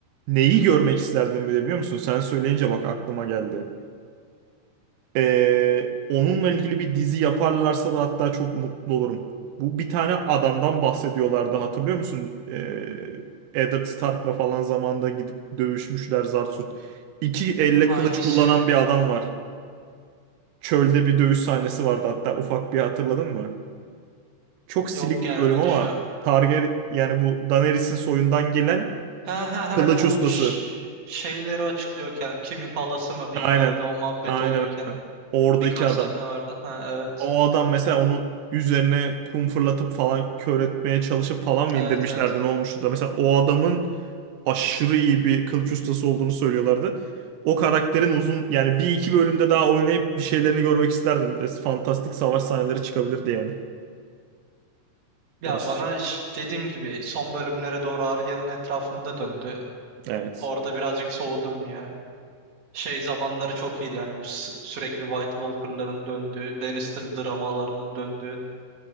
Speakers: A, on the right; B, on the right.
A: Neyi görmek isterdim bile biliyor musun? Sen söyleyince bak aklıma geldi. Ee, onunla ilgili bir dizi yaparlarsa da hatta çok mutlu olurum. Bu bir tane adamdan bahsediyorlardı hatırlıyor musun? Ee, Eddard Stark'la falan zamanda gidip dövüşmüşler Zarsut. İki elle
B: Hangisi?
A: kılıç kullanan bir adam var. Çölde bir dövüş sahnesi vardı hatta ufak bir hatırladın mı? Çok silik
B: Yok gelmedi
A: bir bölüm ama
B: şu an.
A: Targaryen yani bu Daenerys'in soyundan gelen
B: Ha ha ha
A: kılıç
B: bu
A: ustası.
B: ş- şeyleri açıklıyorken kimin halası mı bilmem
A: Aynen.
B: ne o muhabbet
A: Aynen
B: oluyorken
A: aynen. Oradaki
B: birkaç
A: adam.
B: sahne vardı. Ha evet.
A: O adam mesela onu üzerine kum fırlatıp falan kör etmeye çalışıp falan mı
B: Evet
A: indirmişlerdi
B: evet.
A: ne olmuştu da mesela o adamın aşırı iyi bir kılıç ustası olduğunu söylüyorlardı. O karakterin uzun yani bir iki bölümde daha oynayıp bir şeylerini görmek isterdim. Biraz Fantastik savaş sahneleri çıkabilirdi yani.
B: Ya
A: Baş...
B: bana ş- dediğim gibi son bölümlere doğru Arya'nın etrafında döndü.
A: Evet.
B: Orada birazcık soğudum ya. Şey zamanları çok iyiydi yani bu sü- sürekli White Walker'ların döndüğü, Lannister dramalarının döndüğü,